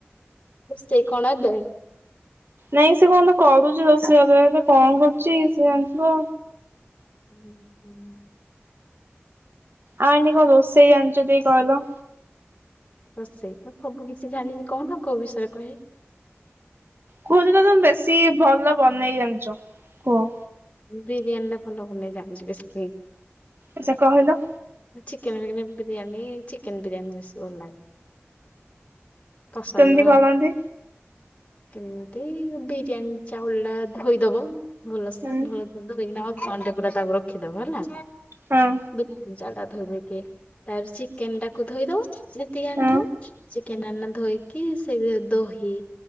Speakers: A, on the left (about 30°); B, on the right (about 55°).
A: <unintelligible>
B: ନାଇଁ ସେ କଁ ଗୋଟେ କରୁଚି ରୋଷେଇ ଘରେ ହେଲେ କଁ କରୁଚି ସେ ଜାଣିଥିବ।
A: ହୁଁ ହୁଁ।
B: ଆଣ୍ଟି କଁ ରୋଷେଇ ଜାଣିଚ ଟିକେ କହିଲ।
A: ରୋଷେଇ ତ ସବୁ କିଛି ଜାଣିଚି କୋହୁନ କୋଉ ବିଷୟରେ କହିବି।
B: କୁହ ଯୋଉଟା ତମେ ବେଶୀ ଭଲ ବନେଇ ଜାଣିଚ କୁହ।
A: ବିରିୟାନୀ ଟା ଭଲ ବନେଇ ଜାଣିଚି ବେଶୀ।
B: ଆଚ୍ଛା କହିଲ।
A: ଚିକେନେ ରେ କେବେ ବିରିୟାନୀ ଚିକେନ ବିରିୟାନୀ ବେଶୀ ଭଲ ଲାଗେ। ପସନ୍ଦର
B: କେମିତି କରନ୍ତି?
A: ଆଉ କେମିତି ବିରିୟାନୀ। ଚାଉଳ ଟା ଧୋଇଦବ ଭଲସେ
B: ହୁଁ
A: ଭଲସେ ଧୋଇକିନା ଅଧଘଣ୍ଟେ ପୁରା ତାକୁ ରଖିଦବ ହେଲା।
B: ହଁ
A: ବିରିୟାନି ଚଉଳଟା ଧୋଇ ଧାଇକି ତାପରେ ଚିକେନଟା କୁ ଧୋଇ ଦବ। ଯେତିକି ଆଣିଥିବ
B: ହଁ
A: ଚିକେନ ଟା ଆନନା ଧୋଇକି ସେଇଥିରେ ଦହି